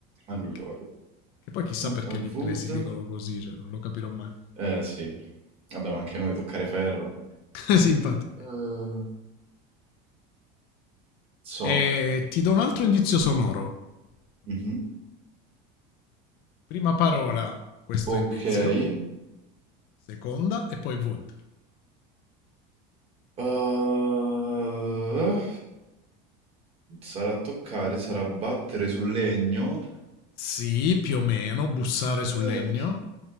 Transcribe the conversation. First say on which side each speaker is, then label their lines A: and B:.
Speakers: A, on the right (about 30°); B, on the left (about 50°).
A: Allora,
B: Che, che poi chissà
A: ah-ah,
B: perché gli inglesi
A: Wood,
B: dicono così, cioè non lo capirò mai.
A: eh sì, vabbè, ma anche noi toccare ferro.
B: <laughs> Sì, infatti.
A: Uhm, so,
B: E ti do un altro indizio sonoro.
A: mh-mh,
B: Prima parola, questo
A: okay.
B: indizio. Seconda e poi Wood.
A: Uhm, sarà toccare, sarà battere sul legno,
B: Sì, più o meno, bussare
A: uhm,
B: sul legno.